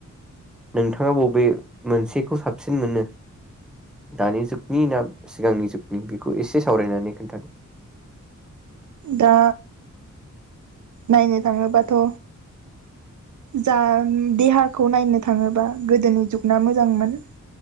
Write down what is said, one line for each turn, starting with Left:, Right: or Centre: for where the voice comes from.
Centre: नोंथाङा बबे मोनसेखौ साबसिन मोनो दानि जुगनि ना सिगांनि जुगनि बि? खौ इसे सावरायनानै खोन्थादो‌
Right: दा नायनो थाङोबाथ' जा देहाखौ नायनो थाङोबा गोदोनि जुगना मोजांमोन।